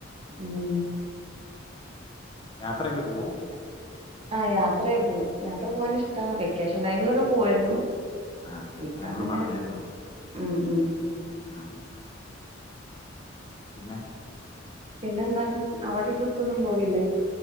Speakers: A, on the right; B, on the left.
A: മം
B: യാത്രയൊക്കെ പോവോ?
A: ആഹ യാത്രയെ പോകും യാത്ര പോകൻ ഇഷ്ടമാണ് വെക്കേഷൻ ടൈമിലൊക്കെ പോവായിരുന്നു.
B: ആഹ
A: ഇപ്പ
B: അതെനോട്
A: അങ്ങനെ
B: പറഞ്ഞായിരുന്നു.
A: ഉം ഉം
B: ആഹ പിന്നെ
A: പിന്നെന്താണ് അവിടെ ട്രിപ്പ് ഒന്നും പോകില്ലേ